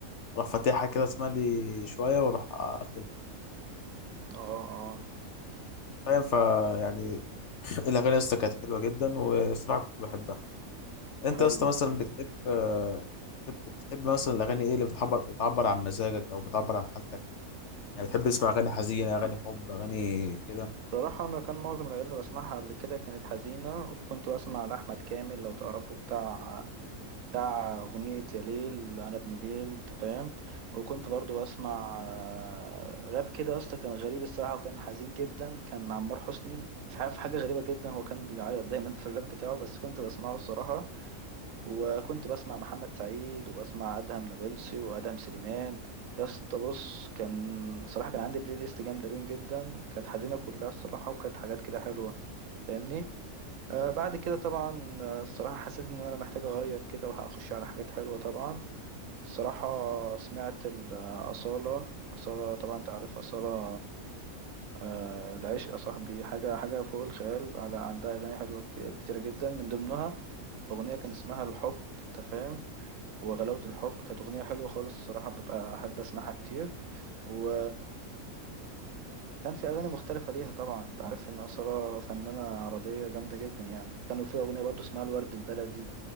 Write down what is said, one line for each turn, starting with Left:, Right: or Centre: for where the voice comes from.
Left: اروح فاتحها كده اسمع لي شويه واروح اقفلها
Right: اه اه
Left: فاهم فيعني <clears throat> الاغاني يا اسطى كانت حلوه جدا والصراحه كنت بحبها انت
Right: حلو
Left: يا اسطى مثلا بتحب آه، بتحب بتحب مثلا الاغاني ايه اللي بتعبر بتعبر عن مزاجك او بتعبر عن حالتك يعني بتحب تسمع اغاني حزينه اغاني حب اغاني كده
Right: صراحة أنا كان معظم الأغاني اللي بسمعها قبل كده كانت حزينة وكنت بسمع لأحمد كامل لو تعرفه بتاع بتاع أغنية يا ليل أنا ابن ليل أنت فاهم وكنت برضو بسمع آه، راب كده يا اسطى كان غريب الصراحة وكان حزين جدا كان عمار حسني مش عارف حاجة غريبة جدا هو كان بيعيط دايما في الراب بتاعه بس كنت بسمعه الصراحة وكنت بسمع محمد سعيد وبسمع أدهم نابلسي وأدهم سليمان يا اسطى بص كان صراحة كان عندي بلاي ليست جامدة اليوم جدا كانت حزينة كلها الصراحة وكانت حاجات كده حلوة فاهمني آه، بعد كده طبعا آه، الصراحة حسيت إن أنا محتاج أغير كده وهأخش على حاجات حلوة طبعا الصراحة سمعت ال- آه، أصالة أصالة طبعا أنت عارف أصالة آه، العشق يا صاحبي حاجة حاجة فوق الخيال على عندها أغاني حلوة ك- كتيرة جدا من ضمنها أغنية كان اسمها الحب أنت فاهم وغلاوة الحب كانت أغنية حلوة خالص الصراحة ببقى أحب أسمعها كتير و كان في أغاني مختلفة ليها طبعا أنت عارف إن أصالة فنانة عربية جامدة جدا يعني كانوا في أغنية برضو اسمها الورد البلدي